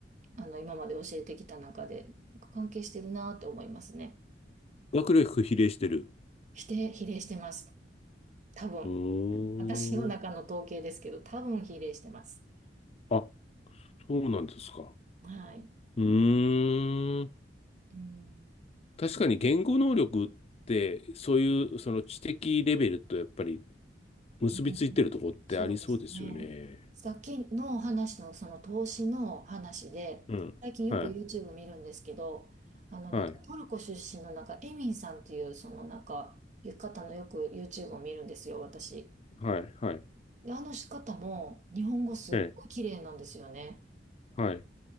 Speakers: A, on the right; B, on the left.
A: あの今まで教えてきた中で関係してるなって思いますね。
B: 学力比例してる。
A: 比例、比例してます。多分。
B: うーん。
A: 私の中の統計ですけど、多分比例してます。
B: あ、そうなんですか。
A: はい。
B: うーん。
A: うん
B: 確かに言語能力って、そういうその知的レベルとやっぱり結びついてるところってありそうですよね。
A: うん、そうですね。さっきの話のその投資の話で、
B: うん。
A: 最近よく
B: はい。
A: YouTube 見るんですけど、あのなんかトルコ出身のなんかエミンさんっていうそのなんかう方のよく
B: はい。
A: YouTube を見るんですよ、私。
B: はい。はい。
A: で、あの方も日本語すっごい綺麗なんですよね。
B: ええ。はい。